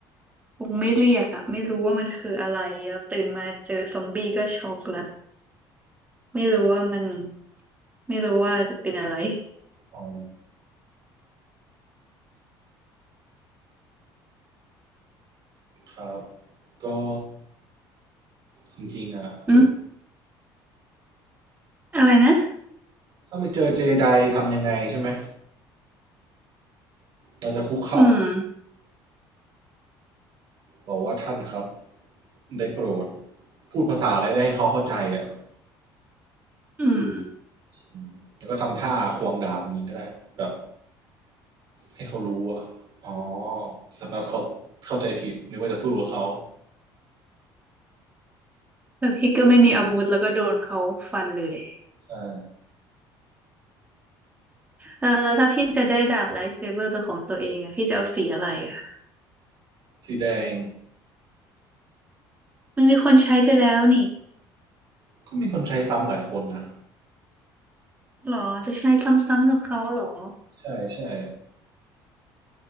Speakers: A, on the right; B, on the right.
A: คงไม่เรียกอ่ะไม่รู้ว่ามันคืออะไรแล้วตื่นมาเจอซอมบี้ก็ช็อกละไม่รู้ว่ามันไม่รู้ว่าจะเป็นอะไร
B: อ๋อ ครับ ก็จริงๆอ่ะเธอ
A: อืมอะไรนะ
B: ถ้าไปเจอเจไดทำยังไงใช่ไหม เราจะคุกเข่า
A: อืม
B: บอกว่าท่านครับได้โปรดพูดภาษาอะไรได้ให้เขาเข้าใจอ่ะ
A: อืม
B: อืมแล้วก็ทำท่าควงดาบอย่างนี้ก็ได้แบบให้เขารู้อ่ะอ๋อสำหรับเขาเข้าใจผิดนึกว่าจะสู้กับเขา
A: แต่พี่ก็ไม่มีอาวุธแล้วก็โดนเขาฟันเลย
B: ใช่
A: แล้วแล้วถ้าพี่จะได้ดาบไลท์เซเบอร์เป็นของตัวเองอะพี่จะเอาสีอะไรอะ
B: สีแดง
A: มันมีคนใช้ไปแล้วนี่
B: ก็มีคนใช้ซ้ำหลายคนนะ
A: หรอจะใช้ซ้ำๆกับเขาหรอ
B: ใช่ใช่